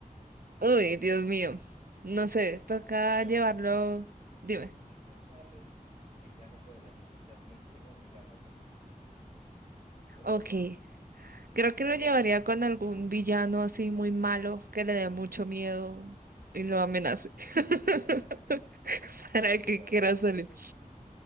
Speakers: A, on the right; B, on the left.
A: Uy, Dios mío, no sé, toca
B: Y, la
A: llevarlo,
B: uni-
A: dime.
B: y si tú sales, él ya no puede salir. O sea, tienes que obligarlo a salir. ¿Cómo
A: Ok,
B: harías?
A: creo que lo llevaría con algún villano así muy malo que le dé mucho miedo y lo amenace <laughs>
B: <laughs>
A: para
B: Bueno,
A: que
B: está
A: quiera
B: bien, está
A: salir.
B: bien.